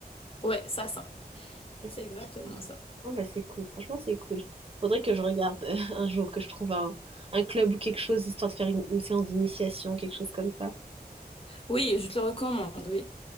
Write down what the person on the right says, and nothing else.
Ok.
Oh, bah, c'est cool. Franchement, c'est cool. Faudrait que je regarde euh, <laughs> un jour, que je trouve un, un club ou quelque chose, histoire de faire une, une séance d'initiation, quelque chose comme ça.